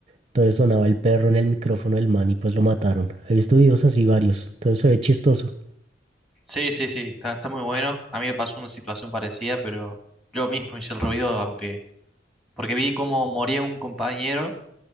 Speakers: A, on the right; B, in the centre.
A: Entonces sonaba el perro en el micrófono del man y pues lo mataron. He visto videos así varios. Entonces se ve chistoso.
B: Sí, sí, sí, está, está muy bueno. A mí me pasó una situación parecida, pero yo mismo hice el ruido, aunque... Porque vi cómo moría un compañero